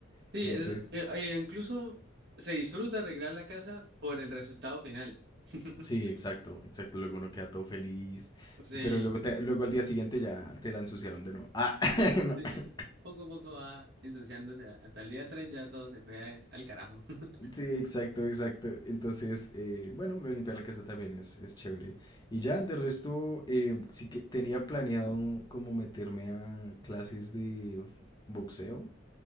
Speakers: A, on the right (about 60°); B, on the left (about 20°).
A: Sí,
B: Entonces,
A: es, eh, eh, incluso se disfruta arreglar la casa por el resultado final. <laughs>
B: sí, exacto, exacto. Luego uno queda todo feliz,
A: Sí,
B: pero luego, te- luego al día siguiente ya te la ensuciaron de nuevo. Ah, <laughs>
A: sí, poco a poco va ensuciándose. Hasta el día 3 ya todo se fue a- al carajo. <laughs>
B: Sí, exacto, exacto. Entonces, eh, bueno, lo de limpiar la casa también es, es chévere. Y ya, de resto, eh, sí que tenía planeado como meterme a clases de boxeo,